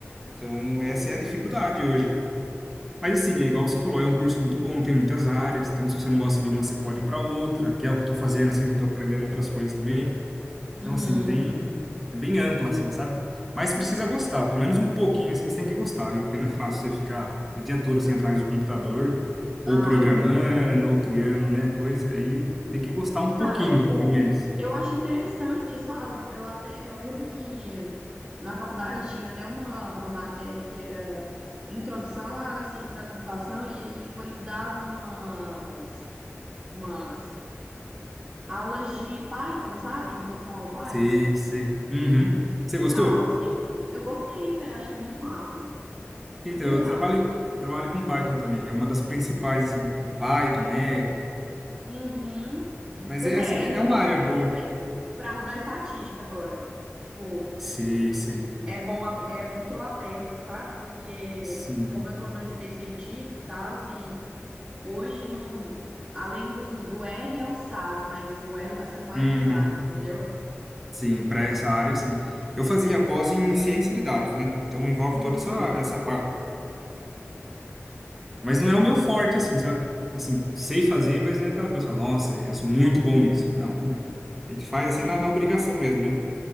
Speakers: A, in the centre; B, on the right.
A: Então,
B: entendi.
A: essa é a dificuldade hoje. Mas assim, é igual você falou, é um curso muito bom, tem muitas áreas, então se você não gosta de uma, você pode ir para outra, que é o que eu tô fazendo, assim, tô aprendendo outras coisas também. Então,
B: Uhum.
A: assim, tem. É bem ampla, assim, sabe? Mas precisa gostar, pelo menos um pouquinho, assim, você tem que gostar, viu? Porque não é fácil você ficar o dia todo assim atrás do computador, ou
B: Ah,
A: programando,
B: é.
A: ou criando, né? Coisa aí, tem que gostar um pouquinho,
B: Cara, tipo,
A: pelo menos.
B: eu acho interessante, sabe? Eu até, eu lembro que na faculdade tinha até uma, uma matéria que era Introdução à Ciência da Computação, e aí, tipo, eles davam umas, umas aulas de Python, sabe? Introdução ao Python.
A: Sei, sei. Uhum.
B: Inicial,
A: Você gostou?
B: assim. Eu gostei, velho, achei muito massa,
A: Então,
B: de verdade.
A: eu trabalho, trabalho com Python também, é uma das principais, assim. Python, R.
B: Uhum.
A: Mas
B: Pois
A: é
B: é,
A: assim, é
B: R eu
A: uma
B: tenho
A: área
B: que aprender,
A: boa.
B: mas pra rodar estatística agora. Tipo,
A: Sei, sei.
B: é bom, ap- é bom que eu aprenda, sabe? Porque
A: Sim.
B: como eu tô nesse meio científico e tal, e hoje não, além do, do R é o SAS, mas o R tá sendo mais
A: Uhum.
B: usado, entendeu?
A: Sim, para essa área, sim. Eu fazia a pós em ciência de dados, né? Então envolve
B: Uhum,
A: toda essa, essa parte. Mas não é o meu forte, assim, sabe? Assim, sei fazer, mas não é aquela coisa, fala, nossa, eu sou muito bom nisso. Não, não é. A gente faz assim
B: entendi.
A: na, na obrigação mesmo, né?